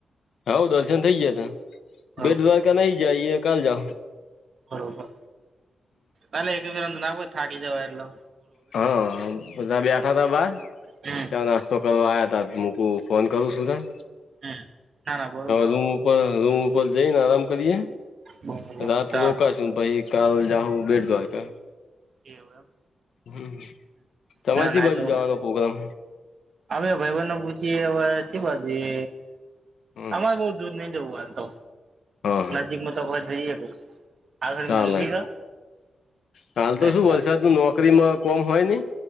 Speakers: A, on the left; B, on the right.
A: હવ દર્શન થઇ ગયા હતા.
B: બરોબર
A: બેડ દ્વારકાા નહી ગયા એ કાલ જહુ
B: બરોબર તાલે એકવીરામ નાખો થાકી જવા એટલો
A: હા બધા બેઠા તા બાર
B: હમ
A: ચા નાસ્તો કરવા આવયા તા મૂકું ફોન કરું સુુંધા
B: હમ ના ના બરોબર
A: રૂમ ઉપર રૂમ ઉપર જઈને આરામ કરીએ
B: બરોબર
A: રાત
B: ચાલ
A: રોકાશુ પછી કાલ જાહું બેટ દ્વારકા,
B: એવું એમ
A: હમ તમારે
B: ના
A: કઈ
B: ના
A: બાજુ
B: તો
A: જવાનો પ્રોગ્રામ છે.
B: અમે ભાઈ બનને પૂછીએ હવે કી બાજુ જઇએ
A: હમ
B: અરે બઉ દૂર નઈ જવું આાલ તો
A: હા હા
B: નજીક માં તો જઈએ આગળ
A: ચાલે
B: મંદિર હે
A: હાલ તો
B: એટલે
A: શું વરસાદનું નોકરીમાં કોમ હોય નહીં.